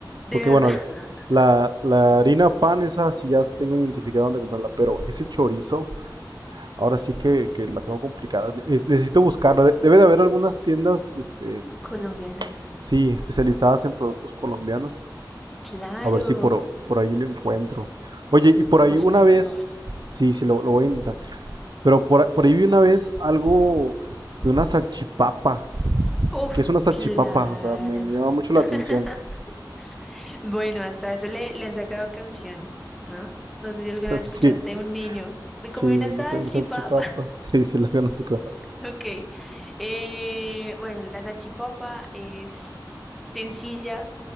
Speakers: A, in the centre; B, on the right.
A: De
B: Porque
A: verdad,
B: bueno,
A: <laughs>
B: la, la harina pan, esa sí ya tengo identificado dónde comprarla, pero ese chorizo, ahora sí que, que la tengo complicada. Eh, Necesito buscarla. De- Debe de haber algunas tiendas, este,
A: colombianas.
B: sí, especializadas en productos colombianos.
A: Claro,
B: A ver si por, por ahí lo encuentro. Oye, y por
A: búscalo
B: ahí una vez,
A: por favor.
B: sí, sí, lo, lo voy a intentar. Pero por, a- por ahí vi una vez algo de una salchipapa.
A: Uf,
B: ¿Qué es una salchipapa?
A: claro.
B: O sea, me, me llama mucho la
A: <laughs>
B: atención. <laughs>
A: Bueno, hasta eso le, le han sacado canción, ¿no? No sé si alguna
B: No
A: vez
B: si,
A: escuchaste un niño. Me
B: Sí,
A: comí
B: le
A: una salchipapa.
B: comen salchipapa.
A: <laughs>
B: <laughs> Sí, sí, la conozco.
A: Ok. Eh, bueno, la salchipapa es sencilla